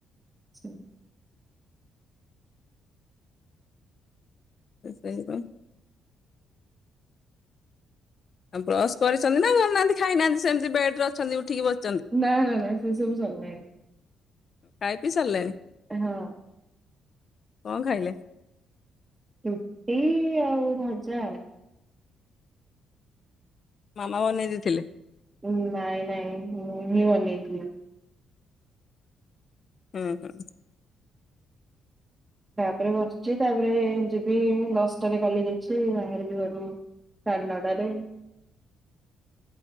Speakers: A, on the right; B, on the left.
A: ଛବ୍।
B: ଏ ସେଇପା। ଆଉ ବ୍ରସ୍ କରିଚ଼ନ୍ତି ନା କରିନାହାନ୍ତି ଖାଇନାହାନ୍ତି ସେମିତି ବେଡ ରେ ଅଛନ୍ତି ଉଠିକି ବସି
A: ନା ନା ନା ସେ ସବୁ ସଲିଲାଣିି।
B: ଖାଇ ପିଇ ସାରିଲେଣି?
A: ହଁ।
B: କଅ ଖାଇଲେ?
A: ରୁଟି ଆଉ ଭଜା ଆଉ
B: ମାମା ବନେଇ ଦେଇଥିଲେ?
A: ହଁ ନାଇଁ ନାଇଁ ମୁଁ ବି ବନେଇଥିଲି।
B: ହଁ ହଁ।
A: ତାପରେ ବସିଚି ତାପରେ ଯିବି ଦଶଟାରେ କଲେଜ ଅଛି ବାହାରିବି ଘରୁ। ସାଢ଼େ ନଟାରେ।